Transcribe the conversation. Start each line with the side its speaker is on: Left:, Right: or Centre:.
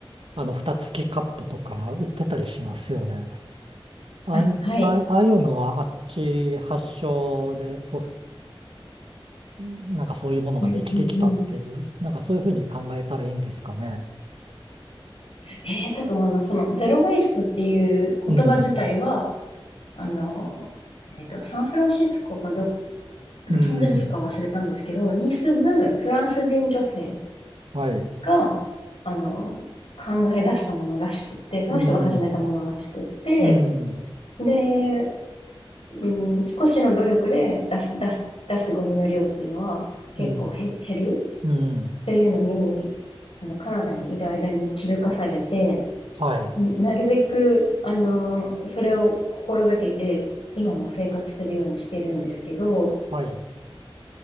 Right: あの、蓋付きカップとか売ってたりしますよね。ああい、
Left: あ、はい。
Right: ああああいうのは、あっち発祥で、そうなんかそういうものができてきたっていう、
Left: うんうんうん。
Right: なんかそういうふうに考えたらいいんですかね。
Left: ええだと思います。その、ゼロ・ウェイストっていう言葉自体は、
Right: うん、
Left: あの、えっと、サンフランシスコかど、ロサンゼルスか忘れたんですけど、
Right: うん、
Left: に住むフランス人女性
Right: はい、
Left: が、あの、考え出したものらしくって、その人が始めたものらしくって、
Right: うん、うん、
Left: で、うん、少しの努力で出す、出す、出すゴミの量っていうのは結構へ減る
Right: うん、うん、
Left: っていうのに、そのカナダにいる間に気づかされて、
Right: はい、
Left: なるべく、あの、それを心がけて、今も生活するようにしてるんですけど、
Right: はい。